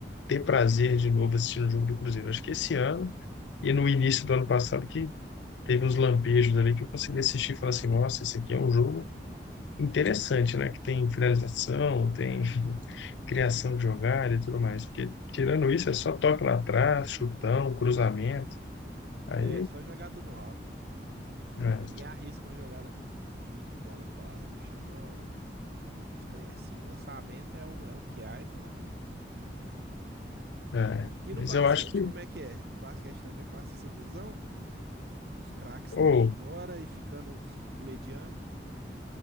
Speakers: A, on the left; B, on the right.
A: ter prazer de novo assistindo o jogo do Cruzeiro. Acho que esse ano e no início do ano passado que teve uns lampejos ali que eu consegui assistir e falar assim, nossa, esse aqui é um jogo interessante, né? Que tem finalização, tem criação de jogada e tudo mais. Porque, tirando isso, é só toque lá atrás, chutão, cruzamento. Aí,
B: É, só jogada no alto.
A: é,
B: Ninguém arrisca uma jogada de, de bola colada no chão. Uns trem assim. Lançamento é o, é o que há e pronto.
A: é.
B: E
A: Mas
B: no basquete,
A: eu acho que,
B: como é que é? O basquete também passa essa visão? Os craques
A: ou,
B: estão indo embora e ficando os, os medianos?